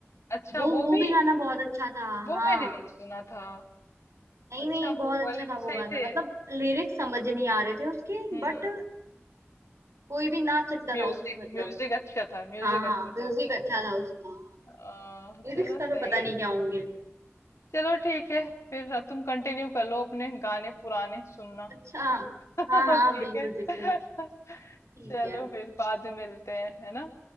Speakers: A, on the left (about 80°); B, on the right (about 85°).
A: अच्छा
B: वो
A: वो
B: वो
A: भी
B: भी गाना बहुत अच्छा था
A: वो
B: हाँ
A: मैंने नहीं सुना था
B: नहीं
A: अच्छा
B: नहीं बहुत
A: वो
B: अच्छा
A: वाले भी
B: था
A: सही
B: वो गाना
A: थे
B: मतलब लिरिक्स समझ नहीं आ रहे थे उसके
A: हम्म
B: बट कोई भी नाच सकता
A: म्यूजिक
B: था उसपे मतलब
A: म्यूजिक अच्छा था म्यूजिक
B: हाँ हाँ
A: अच्छा
B: म्यूजिक
A: था उसका
B: अच्छा था उसका
A: आ,
B: लिरिक्स
A: चलो
B: का
A: सही
B: तो पता नहीं
A: है
B: क्या होंगे
A: चलो ठीक है फिर अ, तुम कंटिन्यू कर लो अपने गाने पुराने सुनना
B: अच्छा
A: <laughs>
B: हाँ हाँ
A: ठीक
B: बिल्कुल
A: है
B: बिल्कुल
A: <laughs>
B: ठीक
A: चलो
B: है
A: फिर बाद में मिलते हैं है ना